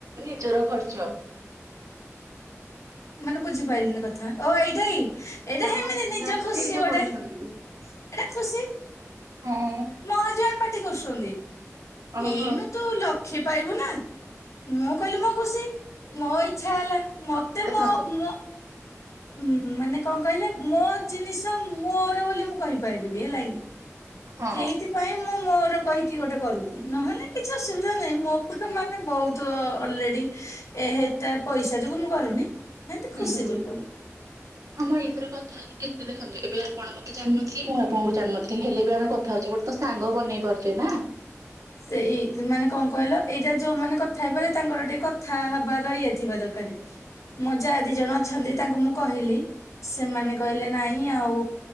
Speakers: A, on the right (about 85°); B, on the left (about 75°).
A: ନିଜର ଖର୍ଚ୍ଚ।
B: ମାନେ ବୁଝି ପାଇଲିିନି କ ଆଁ ଓ ଏଇଟାକି ଏଇଟା
A: କଣ
B: ହେମିତି
A: ଅସୁବିଧା
B: ନିଜ
A: ଅଛି
B: ଖୁସି
A: ଯେ ଏଇଟା
B: ଗୋଟେ
A: କରିଛନ୍ତି।
B: ଏଇଟା ଖୁସି।
A: ହଁ।
B: ମ ହଜବ୍ୟାଣ୍ଟ୍ ପାଟିକରୁସନ୍ତି
A: ଓହୋ।
B: ଏଇନୁ ତୁ ଲକ୍ଷେ ପାଇବୁ ନା। ମୁଁ କହିଲି ମୋ ଖୁସି ମୋ ଇଛା ହେଲା ମତେ
A: ଦେଖନ୍ତୁ
B: ମୋ ମୋ। ଉଁ ମାନେ କଣ କହିଲେ ମୋ ଜିନିଷ ମୋର ବୋଲି ମୁଁ କହିପାରିବି ହେଲାକି।
A: ହଁ
B: ହେଇଥିପାଇଁ ମୁଁ ମୋ ମୋର କହିକି ଗୋଟେ କରୁଚି ନହେଲେ ନାହିଁ କିଛି ଅସୁବିଧା ନାହିଁ ମୋ ପାଖେ ମାନେ ବହୁତୁ ଅଲରେଡି। ଏ ହେଟା ପଇସା ଯୁଗୁ ମୁଁ କରୁନି ହେନ୍ତି
A: ହୁଁ।
B: ଖୁସି ଯୁଗୁ।
A: ହଁ ମଁ ଏଇଥରେ କଥା ହେଇକି କେତେ ଦେଖନ୍ତୁ ଏବେ ଆପଣ ମତେ ଜାଣିନଥିଲେ ମୁଁ ଆପଣଙ୍କୁ ଜାଣିନଥି ଲି ହେଲେ ବି ଆମେ କଥା ହଉଛେ ଗୋଟେ ତ ସାଙ୍ଗ ବନେଇ ପାରୁଛେ ନା।
B: ସେଇ ମାନେ କଣ କହିଲ ଏଇଯା ଯୋଉମାନେ କଥା ହେଇପାର ତାଙ୍କର ଟିକେ କଥା ହବାର ଇଏଥିବା ଦରକାରେ। ମ
A: ହଁ
B: ଜା ଦିଜଣ ଅଛନ୍ତି ତାଙ୍କୁ ମୁଁ କହିଲି। ସେମାନେ କହିଲେ ନାହିଁ ଆଉ।